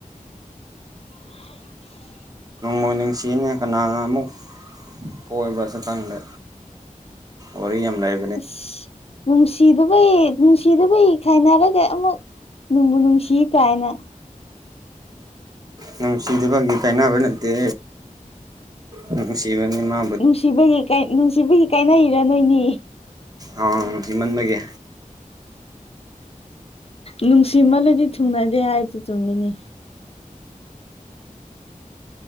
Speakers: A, on the left (about 45°); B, on the right (about 25°).
A: <inaudible>
B: ꯅ ꯅꯨꯡꯁꯤꯅꯤ ꯀꯅꯥꯅ ꯑꯃꯨꯛ ꯀꯣꯏꯕ꯭ꯔꯁꯨ ꯈꯪꯗꯦ ꯋꯥꯔꯤ ꯌꯥꯝ ꯂꯩ
A: ꯑꯁ ꯅꯨꯡꯁꯤꯗꯨꯕꯩ ꯅꯨꯡꯁꯤꯗꯨꯕꯩ ꯈꯥꯏꯅꯔꯒ ꯑꯃꯨꯛ ꯅꯨꯡꯕꯨ ꯅꯨꯡꯁꯤ ꯀꯥꯏꯅ <inaudible>
B: ꯅꯨꯡꯁꯤꯗꯕꯒꯤ ꯀꯥꯏꯅꯕ ꯅꯠꯇꯦ ꯅꯨꯡꯁꯤꯕꯅꯤ ꯃꯥ
A: ꯅꯨꯡꯁꯤꯕꯒꯤ ꯅꯨꯡꯁꯤꯕꯒꯤ ꯀꯥꯏꯅꯩꯔꯣ ꯅꯣꯏꯅꯤ
B: ꯑ ꯅꯨꯡꯁꯤꯃꯟꯕꯒꯤ
A: ꯅꯨꯡꯁꯤꯃꯜꯂꯗꯤ ꯊꯨꯡꯅꯗꯦ ꯍꯥꯏꯁꯨ ꯆꯨꯝꯃꯤꯅꯦ